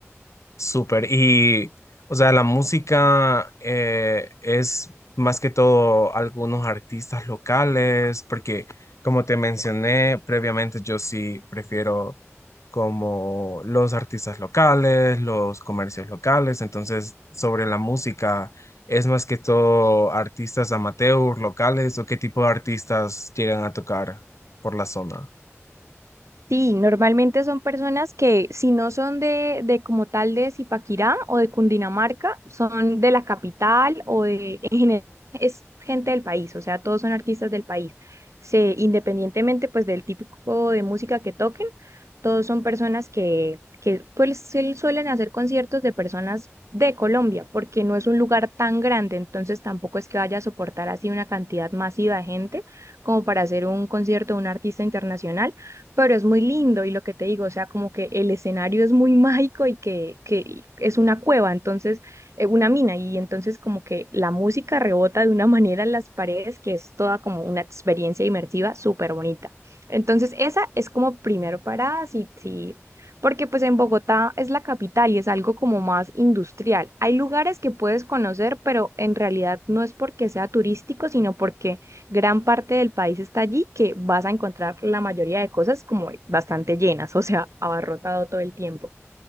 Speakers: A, on the left; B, on the right.
A: Súper. Y, o sea, la música eh, es más que todo algunos artistas locales, porque como te mencioné previamente, yo sí prefiero como los artistas locales, los comercios locales. Entonces, sobre la música, ¿es más que todo artistas amateurs locales o qué tipo de artistas llegan a tocar por la zona?
B: Sí, normalmente son personas que si no son de, de como tal de Zipaquirá o de Cundinamarca, son de la capital o de, en general, es gente del país, o sea, todos son artistas del país. Se, independientemente pues del típico de música que toquen, todos son personas que, que pues sí suelen hacer conciertos de personas de Colombia, porque no es un lugar tan grande, entonces tampoco es que vaya a soportar así una cantidad masiva de gente como para hacer un concierto de un artista internacional pero es muy lindo y lo que te digo, o sea, como que el escenario es muy <laughs> mágico y que, que es una cueva, entonces, eh, una mina, y entonces como que la música rebota de una <laughs> manera en las paredes que es toda como una experiencia inmersiva súper bonita. Entonces, esa es como primero parada, sí, sí, porque pues en Bogotá es la capital y es algo como más industrial. Hay lugares que puedes conocer, pero en realidad no es porque sea turístico, sino porque gran parte del país está allí, que vas a encontrar la mayoría de cosas como bastante llenas, <laughs> o sea, abarrotado todo el tiempo.